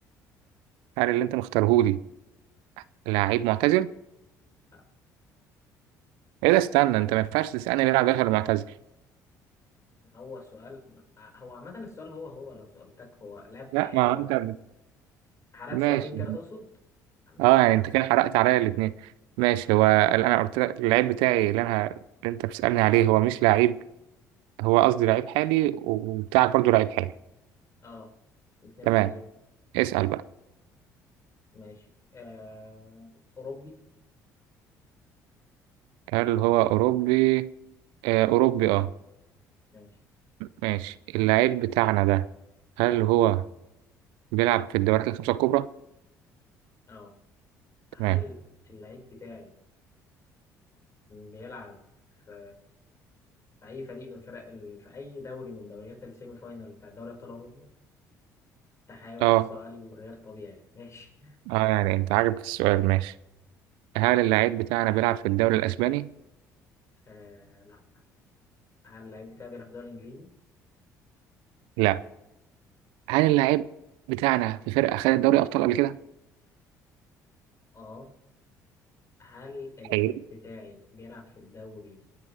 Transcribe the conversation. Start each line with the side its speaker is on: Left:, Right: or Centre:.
Right: هل اللي أنت مختارهولي لعيب معتزل؟
Left: لا،
Right: إيه ده استنى أنت ما ينفعش تسألني بيلعب دلوقتي ولا معتزل
Left: هو سؤال هو عامة السؤال هو هو لو سألتك هو لاعب
Right: لا
Left: حالي
Right: ما هو
Left: ولا
Right: أنت بت-
Left: حالات
Right: ماشي
Left: سؤالين كده تقصد؟ ماشي
Right: اه يعني انت كده حرقت عليا الاثنين ماشي هو اللي انا قلت لك اللعيب بتاعي اللي انا اللي انت بتسألني عليه هو مش لعيب هو قصدي لعيب حالي وبتاعك برضو لعيب حالي
Left: اه الاثنين
Right: تمام
Left: حاليين
Right: اسأل بقى
Left: ماشي آه أوروبي
Right: هل هو اوروبي آه اوروبي اه
Left: ماشي
Right: ماشي اللعيب بتاعنا ده هل هو بيلعب في الدوريات الخمسة الكبرى
Left: اه هل
Right: تمام
Left: اللعيب بتاعي بيلعب في في أي فريق من فرق ال... في أي دوري من دوريات السيمي فاينال بتاع دوري أبطال أوروبا؟ تحايل
Right: اه
Left: على السؤال غير طبيعي <laughs> ماشي
Right: اه يعني انت عاجبك السؤال ماشي هل اللعيب بتاعنا بيلعب في الدوري الاسباني
Left: آه لا هل اللعيب بتاعي بيلعب في الدوري الإنجليزي؟
Right: لا هل اللعيب بتاعنا في فرقة خدت دوري ابطال قبل كده
Left: اه هل اللعيب
Right: حلو
Left: بتاعي بيلعب في الدوري